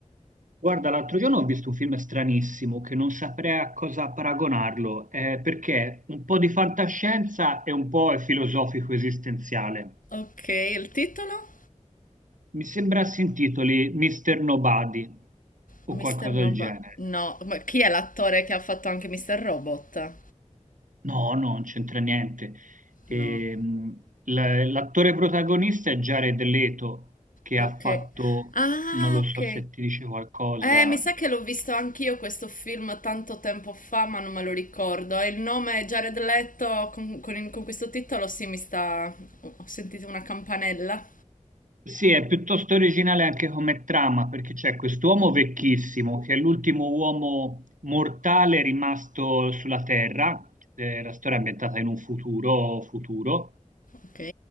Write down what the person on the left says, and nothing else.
Ok, il titolo?
Mr.
Nobody.
No, ma chi è l'attore che ha fatto anche Mr. Robot?
No.
Ok.
Ah,
ok.
Eh, mi sa che l'ho visto anch'io questo film tanto tempo fa, ma non me lo ricordo. E il nome è Jared Leto con, con- con questo titolo, sì, mi sta... Ho sentito una campanella.
Ok.